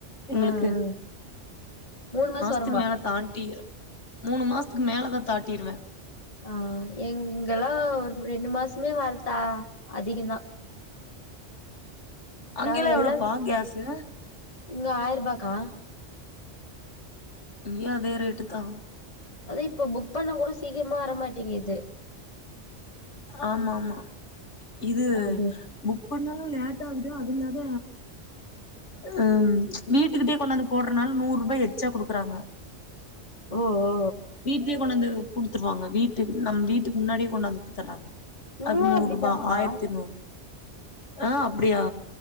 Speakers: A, on the left; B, on the left.
A: எங்களுக்கு
B: ஆஹ் ஆஹ் மூணு மாசம் வர
A: த்து மேல தாண்டி மூணு மாசத்துக்கு மேலதா தாட்டிருவே
B: ஆஹ் எங் இங்கலா ஒரு ரெண்டு மாசமே வரத்தா அதிகந்தா
A: அங்கெல்லா
B: நா எல்லன்
A: எவ்ளோப்பா கேஸு
B: இங்க ஆயரூபா கா
A: இங்கியு அதே ரேட்டுத்தா
B: அத இப்ப புக் பண்ணா கூட சீக்கிரமா வரமாட்டிங்கிது
A: ஆமா ஆமா இது
B: அது
A: புக் பண்ணாலு லேட்டாகுது அது இல்லாத உஹம் வீட்டுக்கிட்டே கொண்ணாந்து போட்றனால நூறுபா எச்சா குடுக்குறாங்க
B: ஓ ஓ
A: வீட்லயே கொண்ணந்து குடுத்துருவாங்க வீட்டுக்கு நம் வீட்டுக்கு முன்னாடியே கொண்டாந்து குத்தற்றாங்க
B: இங்கெல்லா
A: அது நூறுபா
B: அப்டிதாக்கா
A: ஆயிரத்திநூறு ஆஹ் அப்டியா